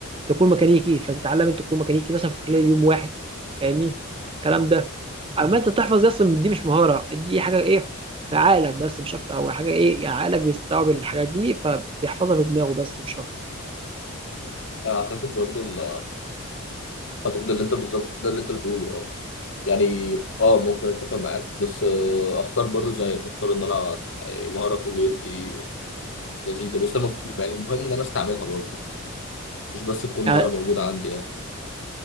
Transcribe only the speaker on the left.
مم.
مم.
انا اعتقد برضو ال... اعتقد اللي انت بالظبط ده اللي انت بتقوله اه يعني اه ممكن اتفق معاك بس آه، اختار برضو زيك اختار ان انا يعني مهاره كل يوم دي لذيذه بس انا المفروض- يعني المهم ان انا استعملها برضو مش مش بس تكون
مهاره موجوده عندي يعني